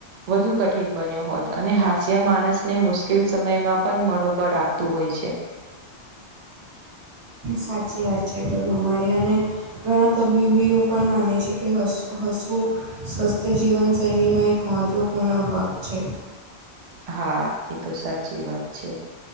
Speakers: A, on the right; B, on the right.
A: વધુ કઠિન બન્યો હોત, અને હ હાસ્ય માણસને મુશ્કેલ સમયમાં પણ મનોોબળ આપતું હોય છે.
B: સાચી વાત છે તો તમારી, અને ઘણા તબીબીઓ પણ માને છે કે હસ હસવું સ્વસ્થ્ય જીવનશૈલીનો એક મહત્વપૂર્ણ ભાગ છે.
A: હા એ તો સાચી વાત છે.